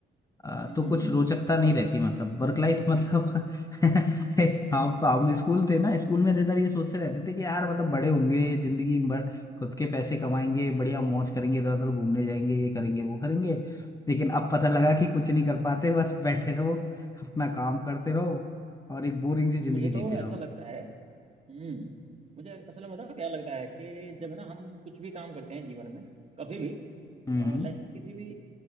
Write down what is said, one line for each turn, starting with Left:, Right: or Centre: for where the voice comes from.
Left: आ, तो
Right: हम्म
Left: कुछ रोचकता नहीं रहती मतलब वर्क लाइफ मतलब <laughs> हम हम स्कूल थे ना स्कूल में थे तब ये सोचते रहते थे कि यार मतलब बड़े होंगे जिंदगी भर खुद के पैसे कमाएंगे बढ़िया मौज करेंगे इधर उधर घूमने जाएंगे ये करेंगे वो करेंगे लेकिन अब पता लगा कि कुछ नहीं कर पाते बस बैठे रहो अपना काम करते रहो और एक बोरिंग सी जिंदगी
Right: मुझे तो
Left: जीते
Right: ऐसा
Left: रहो
Right: लगता है हम्म मुझे असल में पता है क्या लगता है कि जब ना हम कुछ भी काम करते हैं जीवन में कभी भी
Left: हम्म
Right: लाइफ के किसी भी